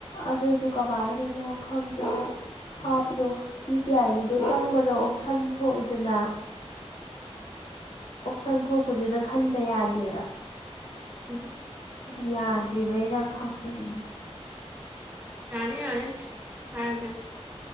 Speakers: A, on the left (about 75°); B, on the right (about 15°).
A: ꯑꯗꯨꯁꯨ ꯀꯃꯥꯏꯅꯅꯣ ꯈꯪꯗꯅ ꯍꯥꯞꯄꯗꯣ ꯌꯨ ꯄꯤ ꯑꯥꯏꯒꯤꯗꯣ ꯆꯪꯕꯗ‌ꯣ ꯑꯣꯞꯁꯟ ꯊꯣꯛꯏꯗꯅ ꯑꯣꯞꯁꯟ ꯊꯣꯛꯄꯗꯨꯗ ꯈꯟꯕ ꯌꯥꯗꯦꯕ
B: ꯎꯝ
A: ꯑꯗꯨ ꯌꯥꯗ꯭ꯔꯤꯕꯩꯔꯥ ꯈꯪꯗꯦꯅꯦ
B: ꯌꯥꯅꯤ ꯌꯥꯅꯤ ꯍꯥꯏꯔꯛ ꯀ‌ꯦ